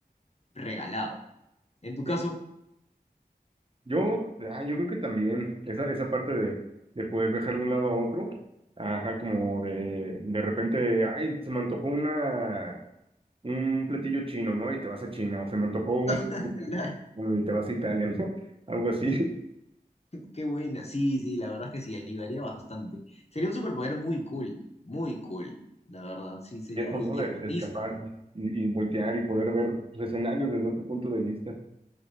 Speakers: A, on the left; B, on the right.
A: regalado. En tu caso,
B: Sí, Yo, ah, yo creo que también, esa, esa parte de, de poder viajar de un lado a otro, ajá, como de, de repente, ay, se me antojó una, un platillo chino, ¿no? Y te vas a China, o se me antojó un-
A: <laughs>
B: bueno, y te vas a Italia, ¿no? <laughs> Algo así,
A: Qué buena, sí, sí, la verdad es que sí, ayudaría bastante. Sería un superpoder muy cool, muy cool, la verdad, sí, sería,
B: y eso,
A: y,
B: ¿no?
A: y
B: De,
A: rotísimo.
B: de escapar y, y voltear y poder ver los escenarios desde otro punto de vista.